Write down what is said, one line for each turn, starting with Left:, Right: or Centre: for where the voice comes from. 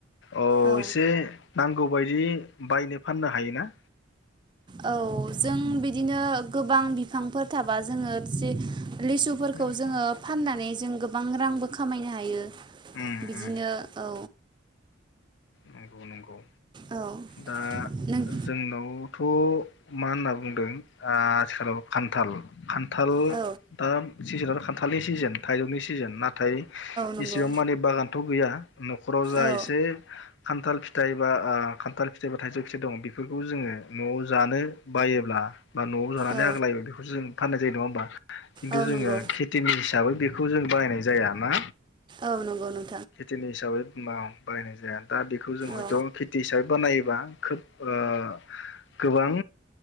Left: ओ
Right: औ
Left: एसे नांगौबायदि बायनो फाननो हायोना
Right: औ जों बिदिनो गोबां बिफांफोर थाबा जोङो जे लिसुफोरखौ
Left: उम
Right: जोङो फाननानै जों गोबां रांबो खामायनो हायो
Left: उम
Right: बिदिनो
Left: उम
Right: औ
Left: नंगौ नंगौ।
Right: औ
Left: दा
Right: नों
Left: जोंनावथ' मा होनना बुंदों आ आथिखालाव खान्थाल खान्थाल
Right: औ
Left: दा सिजेना <unintelligible> खान्थालनि सिजेन थाइजौनि सिजेन ना थाय
Right: नंगौ
Left: इसेबां मानि बागानथ' गैया न'खराव जा
Right: औ
Left: एसे खान्थाल फि थाइ बा आ खान्थाल फिथाइ बा थाइजौ खिथाइ दङ'। बेफोरखौ जोङो न'आव जानो बायोब्ला बा न'आव जानानै
Right: औ
Left: आग्लायो बेखौ जों फाननाय जायो। नङा होमबा? खिन्थु
Right: औ
Left: जोङो
Right: नंगौ
Left: खेथिनि हिसाबै बे खौ जों बाहायनाय जाया ना।
Right: औ नंगौ नों
Left: खेथिनि हिसाबै <unintelligible> बाहायनाय जाया। दा बेखौ जों हयथ'
Right: औ
Left: खेथि हिसाबै बानायो बां खोब ओ गोबां